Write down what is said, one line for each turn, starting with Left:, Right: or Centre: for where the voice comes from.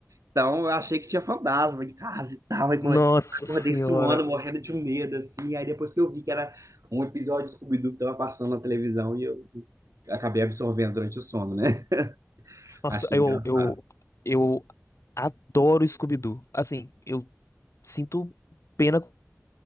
Right: Então, eu achei que tinha fantasma em casa e tal. Aí,
Left: Nossa
Right: come- acordei
Left: senhora.
Right: suando, morrendo de um medo, assim. Aí, depois que eu vi que era um episódio de Scooby-Doo que tava passando na televisão, e eu acabei absorvendo durante o sono, né? <laughs>
Left: Nossa,
Right: Achei
Left: eu,
Right: engraçado.
Left: eu, eu Adoro Scooby-Doo. Assim, eu sinto pena com